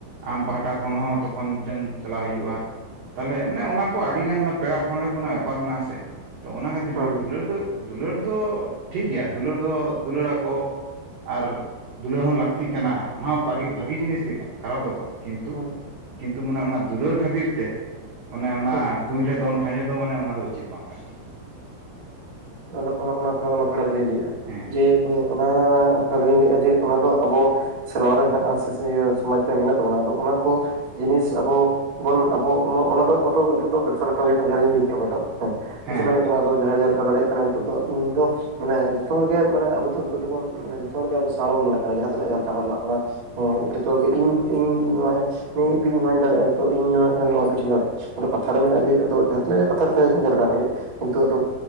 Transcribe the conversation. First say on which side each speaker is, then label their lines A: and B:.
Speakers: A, on the right; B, on the right.
A: ᱟᱢ
B: ᱦᱮᱸ
A: ᱯᱟᱦᱴᱟ ᱠᱷᱚᱱ ᱦᱚᱸ ᱛᱚᱠᱷᱚᱱ ᱴᱟᱝ ᱪᱟᱞᱟᱣ ᱦᱩᱭᱩᱜᱼᱟ, ᱛᱟᱦᱚᱞᱮ ᱢᱟᱱᱮ ᱚᱱᱟ ᱠᱚ ᱟᱹᱰᱤ ᱜᱟᱱ ᱚᱱᱟ ᱯᱮᱲᱟ ᱯᱟᱺᱦᱲᱦᱟᱹ ᱠᱚᱨᱮᱱᱟᱜ ᱵᱮᱯᱟᱨ ᱢᱮᱱᱟᱜ ᱥᱮ᱾ ᱛᱚ ᱚᱱᱟ ᱠᱷᱟᱹᱛᱤᱨ
B: ᱦᱮᱸ
A: ᱜᱮ ᱫᱩᱞᱟᱹᱲ ᱫᱚ ᱫᱩᱞᱟᱹᱲ ᱫᱚ ᱴᱷᱤᱠ ᱜᱮᱭᱟ ᱫᱩᱞᱟᱹᱲ ᱫᱚ ᱫᱩᱞᱟᱹᱲ ᱟᱠᱚ, ᱟᱨ ᱫᱩᱞᱟᱹᱲ ᱦᱚᱸ ᱞᱟᱹᱠᱛᱤ ᱠᱟᱱᱟ ᱚᱱᱟ ᱦᱚᱸ ᱵᱷᱟᱜᱮ ᱵᱷᱟᱜᱮ ᱡᱤᱱᱤᱥ ᱜᱮ ᱠᱟᱱᱟ ᱠᱷᱟᱨᱟᱯ ᱫᱚ ᱵᱟᱝ᱾ ᱠᱤᱱᱛᱩ,
B: ᱦᱮᱸ
A: ᱠᱤᱱᱛᱩ ᱢᱟᱱᱮ ᱚᱱᱟ ᱫᱩᱞᱟᱹᱲ ᱠᱷᱟᱹᱛᱤᱨ ᱛᱮ, ᱚᱱᱮ ᱚᱱᱟ
B: ᱦᱮᱸ
A: ᱠᱩᱸᱧ ᱨᱮ ᱫᱚᱱ ᱠᱷᱟᱸᱡᱚ ᱫᱚ ᱢᱟᱱᱮ ᱚᱱᱟ ᱫᱚ ᱩᱪᱤᱛ ᱵᱟᱝ ᱠᱟᱱᱟ᱾
B: ᱟᱫᱚ ᱚᱱᱟ ᱚᱱᱟ ᱚᱱᱟ ᱵᱟᱠᱷᱨᱟ ᱛᱮᱞᱤᱧ ᱞᱟᱹᱭᱮᱫᱼᱟ
A: ᱦᱮᱸ
B: ᱡᱮ ᱮᱸ ᱚᱱᱟ <inaudible> ᱞᱟᱹᱭᱮᱫᱼᱟ ᱡᱮ ᱚᱱᱟ ᱫᱚ ᱟᱵᱚ ᱥᱮᱨᱣᱟ ᱨᱮ ᱦᱮᱱᱟᱜ-ᱟ ᱥᱮ ᱤᱭᱟᱹ ᱥᱚᱢᱟᱡ ᱨᱮ ᱢᱮᱱᱟᱜ ᱛᱟᱵᱚᱱᱟ, ᱟᱫᱚ ᱚᱱᱟ ᱠᱚ ᱡᱤᱱᱤᱥ ᱟᱵᱚ ᱵᱚᱱ ᱟᱵᱚ ᱚᱱᱟ ᱚᱱᱟ ᱫᱚ ᱟᱵᱚ ᱫᱚ ᱱᱤᱛᱳᱜ ᱫᱚ ᱵᱮᱵᱽᱥᱟ ᱞᱮᱠᱟ ᱦᱩᱭᱩᱜ ᱠᱟᱱᱟ ᱡᱟᱦᱟᱸ ᱞᱤᱧ ᱞᱟᱹᱭ ᱠᱮᱫ ᱟᱵᱚ ᱫᱚ, ᱦᱮᱸ
A: ᱦᱮᱸ
B: ᱟᱥᱚᱞᱮ ᱦᱩᱭᱩᱜ ᱠᱟᱱᱟ ᱟᱫᱚ ᱡᱟᱦᱟᱸᱭ ᱢᱟᱦᱟᱸ ᱞᱮᱠᱟ ᱫᱟᱲᱮᱭᱟᱜ ᱠᱟᱱᱟ ᱱᱤᱛᱚᱜ ᱫᱚ ᱤᱧ ᱫᱚ ᱢᱟᱱᱮ ᱡᱚᱛᱚ ᱦᱚᱲ ᱜᱮ ᱢᱟᱱᱮ ᱟᱵᱚ ᱫᱚ ᱱᱤᱛᱚᱜ ᱫᱚᱵᱚᱱ ᱢᱟᱱᱮ ᱡᱷᱚᱛᱚ ᱦᱚᱲ ᱜᱮ ᱟᱫᱚ ᱥᱟᱬ ᱵᱚᱱ ᱢᱚᱱᱮᱜ ᱠᱟᱱᱟ ᱡᱟᱦᱟᱸ ᱛᱤᱱᱟᱹᱜ ᱡᱟᱦᱟᱸ ᱞᱮ ᱠᱟ ᱦᱚᱲ ᱦᱮᱱᱟᱜ ᱵᱚᱱᱟ ᱦᱮᱸ ᱡᱷᱚᱛᱚ ᱦᱚᱲ ᱜᱮ ᱤᱧ ᱤᱧ ᱱᱚᱜ-ᱚᱭ ᱱᱤᱭᱟᱹ ᱜᱤᱧ ᱱᱚᱣᱟᱧ ᱫᱟᱲᱮᱭᱟᱜᱼᱟ ᱛᱚ ᱤᱧ ᱱᱩᱱᱟᱹᱜ ᱱᱚᱣᱟ ᱠᱤᱪᱷᱩᱧ ᱫᱟᱲᱮᱭᱟᱜᱼᱟ᱾ ᱟᱫᱚ ᱠᱟᱛᱷᱟ ᱨᱮ ᱢᱮᱱᱟᱜᱼᱟ ᱡᱮ ᱟᱫᱚ ᱡᱟᱦᱟᱸ ᱛᱤᱱᱟᱹᱜ ᱜᱮ ᱠᱟᱛᱷᱟ ᱨᱮ ᱛᱟᱦᱮᱸ ᱦᱚᱪᱚᱱ ᱡᱟᱦᱟᱸ ᱞᱮᱠᱟᱱᱟᱜ ᱜᱮ, ᱠᱤᱱᱛᱩ ᱟᱫᱚ